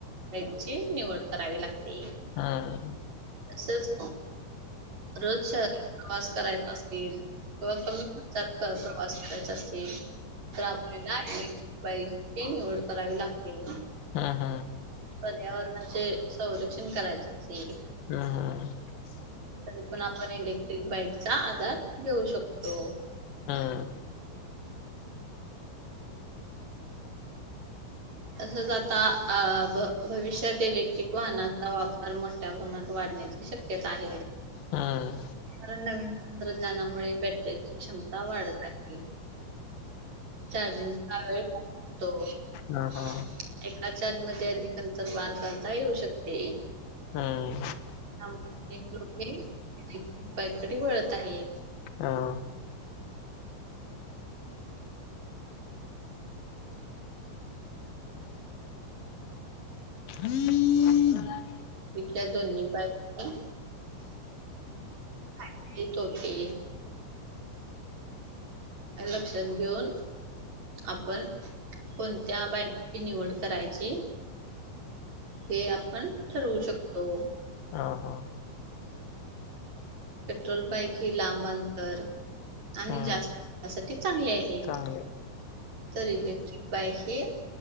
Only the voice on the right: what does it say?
बाईकची निवड करावी लागते.
तसंच रोज शहरात प्रवास करायचा असेल किंवा कमी खर्चात प्रवास करायचा असेल तर आपल्याला इलेक्ट्रिक बाईकची निवड करावी लागते.
पर्यावरणाचे संरक्षण करायचं असेल
तरी पण आपण इलेक्ट्रिक बाईकचा आधार घेऊ शकतो.
तसंच आता अ भ भविष्यात इलेक्ट्रिक वाहनांचा वापर मोठ्या प्रमाणात वाढण्याची शक्यता आहे.
कारण नवीन तंत्रज्ञानामुळे बॅटरीची क्षमता वाढत आहे. चार्जिंगला‌ वेळ <unintelligible>
एका चार्जिंगमध्ये अधिक अंतर पार करता येऊ शकते.
त्यामुळे आता लोके इलेक्ट्रिक बाईककडे वळत आहेत.
इथल्या दोन्ही बाईकच्या फायदे तोटे लक्षात घेऊन आपण कोणत्या बाईकची निवड करायची हे आपण ठरवू शकतो.
पेट्रोल बाईक हि लांब अंतर आणि
जास्त <unintelligible> साठी चांगली आहे.
तर इलेक्ट्रिक बाइक ही